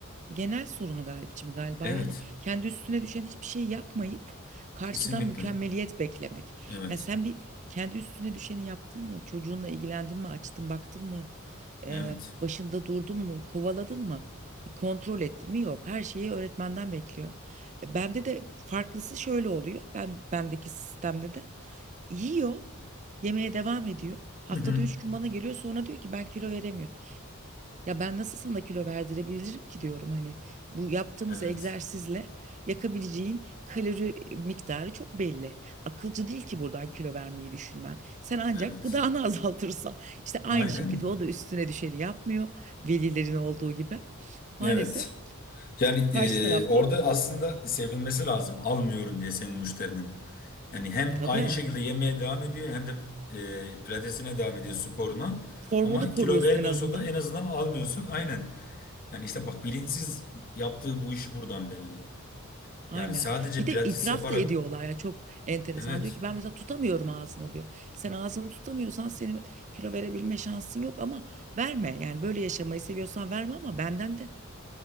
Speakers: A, on the right; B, on the left.
A: genel sorunu Galipçim galiba
B: Evet.
A: yani kendi üstüne düşen hiçbir şey yapmayıp karşıdan
B: Kesinlikle.
A: mükemmeliyet beklemek.
B: Evet.
A: Yani sen bir kendi üstüne düşeni yaptın mı? Çocuğunla ilgilendin mi? Açtın baktın mı? Ee,
B: Evet.
A: başında durdun mu? Kovaladın mı? Bir kontrol ettin mi? Yok. Her şeyi öğretmenden bekliyor. E, bende de farklısı şöyle oluyor. Ben bendeki sistemde de yiyor, yemeye devam ediyor. Haftada
B: Hı hı.
A: üç gün bana geliyor sonra diyor ki ben kilo veremiyorum. Ya ben nasıl sana kilo verdirebilirim ki diyorum hani bu yaptığımız
B: Evet.
A: egzersizle yakabileceğin kalori miktarı çok belli. Akılcı değil ki buradan kilo vermeyi düşünmen. Sen ancak
B: Evet.
A: gıdanı <laughs> azaltırsan işte aynı
B: Aynen.
A: şekilde o da üstüne düşeni yapmıyor velilerin olduğu gibi. Maalesef
B: Evet. Yani
A: karşı
B: e,
A: taraftan
B: orada aslında sevinmesi lazım. Almıyorum diye senin müşterinin. Yani hem
A: tabii
B: aynı şekilde yemeye devam ediyor hem de e, pilatesine devam ediyor sporuna.
A: formunu
B: Ama
A: koruyorsun
B: kilo vermiyorsa
A: en azından.
B: da en azından almıyorsun. Aynen. Yani işte bak bilinçsiz yaptığı bu işi buradan belli.
A: Aynen.
B: Yani sadece
A: Bir de
B: pilates
A: itiraf
B: yaparak
A: da ediyorlar ya çok enteresan.
B: evet.
A: Diyor ki ben mesela tutamıyorum ağzımı diyor. Sen ağzını tutamıyorsan senin kilo verebilme şansın yok ama verme. Yani böyle yaşamayı seviyorsan verme ama benden de